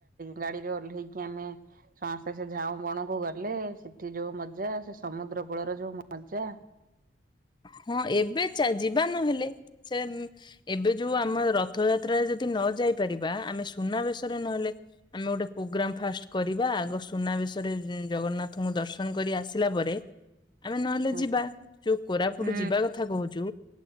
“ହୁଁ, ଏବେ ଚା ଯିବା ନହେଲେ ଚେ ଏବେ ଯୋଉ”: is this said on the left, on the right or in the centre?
Left